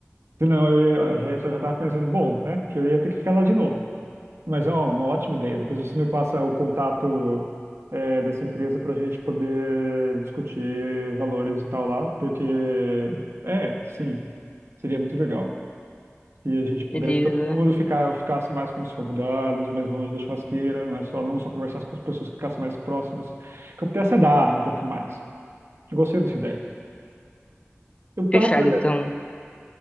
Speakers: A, on the right (about 65°); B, on the left (about 25°).
A: Senão eu, ia- eu já ia- já estava pensando, bom, né, que eu ia ter que ficar lá de novo. Mas é uma uma ótima ideia. Depois você me passa o contato é, dessa empresa para a gente poder discutir valores e tal lá, porque é, sim, seria muito legal. Se a gente pudesse
B: Eles
A: todo mundo
B: eh,
A: ficar, eu ficasse mais com os convidados, mais longe da churrasqueira, não é só não só conversasse com as pessoas que ficassem mais próximas, que eu pudesse andar um pouco mais. Gostei dessa ideia. Eu tava
B: fecharam,
A: planejando,
B: então,